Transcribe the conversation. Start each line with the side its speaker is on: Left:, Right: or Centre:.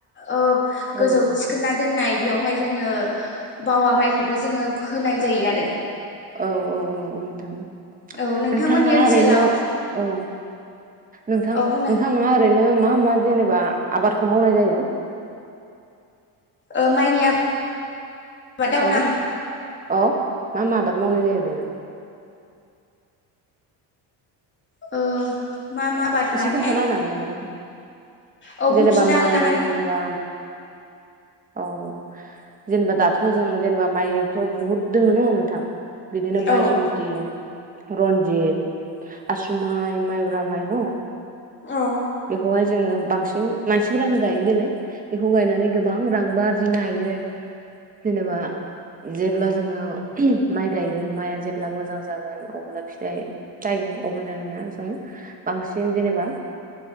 Left: ओ गोजौ
Right: औ
Left: थिखोना दोननाय बेयावहाय जोङो बावा माइखौबो जोङो फोनाय जायो आरो।
Right: औ औ नोंगौ नोंथां
Left: औ नोंथांमोननि
Right: नोंथाङा
Left: ओनसोलाव
Right: ओरैनो औ नोंथां
Left: औ
Right: नोंथाङा
Left: बुंनो
Right: ओरै ओरैनो मा मा जेनेबा आबादखौ मावनाय जायो?
Left: ओ माइनि आबाद माबादाव
Right: औ
Left: नामा?
Right: औ मा मा आबाद मावनाय जायो ओरैनो?
Left: ओ मा मा आबाद
Right: एसे
Left: माने
Right: खोनन्थाना होनो हागोन नामा नोंथां।
Left: औ
Right: जेनेबा
Left: बुंफिननो हागोन
Right: माइ
Left: नामा नों
Right: जेनेबा औ जेनेबा दाथ' जों जेनेबा माइथ' बहुद दोङ न' नोंथां? बिदिनो बायसमति
Left: औ
Right: रन्जित आसुमाइ माइ मइब्रा माइ न
Left: औ
Right: बेखौहाइ जो जोङो बांसिन मानसिफोरानो गायो नालाय बेखौ गायनानै गोबां रांबो आरजिनो हायो। जेनेबा जेब्ला जोङो माइ गायगोन माइआ जेब्ला मोजां जागोन अब्ला फिथाइ थाइ अब्लानि आ जों बांसिन जेनेबा